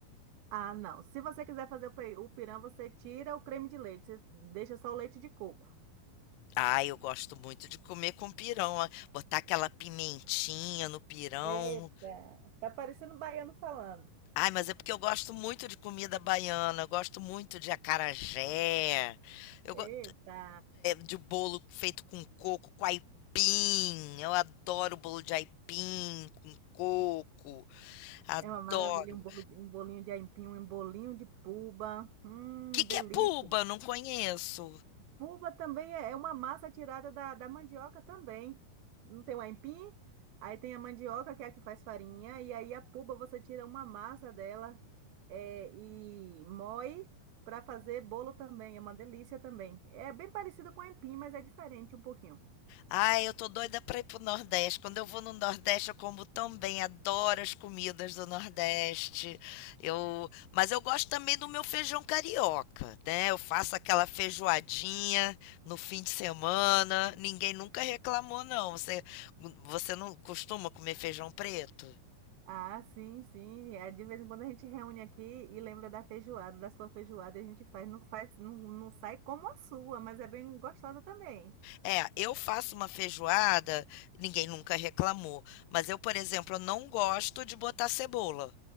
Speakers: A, on the right; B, on the left.
A: Ah, não. Se você quiser fazer o pe- o pirão, você tira o creme de leite, você deixa só o leite de coco.
B: Ah, eu gosto muito de comer com pirão, ó. botar aquela pimentinha no pirão,
A: Eita, tá parecendo um baiano falando.
B: Ai, mas é porque eu gosto muito de comida baiana, eu gosto muito de acarajé, eu
A: Eita,
B: gosto de bolo feito com coco, com aipim. Eu adoro bolo de aipim com coco, adoro.
A: é uma maravilha, um bolo- um bolinho de aipim, um bolinho de puba. Hum,
B: O Que que
A: delícia.
B: é puba? Eu Não conheço.
A: Puba também é é uma massa tirada da, da mandioca também. Não tem o aipim? Aí tem a mandioca, que é a que faz farinha, e aí a puba você tira uma massa dela é, e moe para fazer bolo também. É uma delícia também. É bem parecido com o aipim, mas é diferente um pouquinho.
B: Ai, eu tô doida pra ir pro Nordeste. Quando eu vou no Nordeste, eu como tão bem, adoro as comidas do Nordeste. Eu, mas eu gosto também do meu feijão carioca, né? Eu faço aquela feijoadinha no fim de semana. Ninguém nunca reclamou, não. Você, você não costuma comer feijão preto?
A: Ah, sim, sim. É, de vez em quando a gente reúne aqui e lembra da feijoada, da sua feijoada, e a gente faz, não faz, não, não sai como a sua, mas é bem gostosa também.
B: É, eu faço uma feijoada, ninguém nunca reclamou. Mas eu, por exemplo, eu não gosto de botar cebola.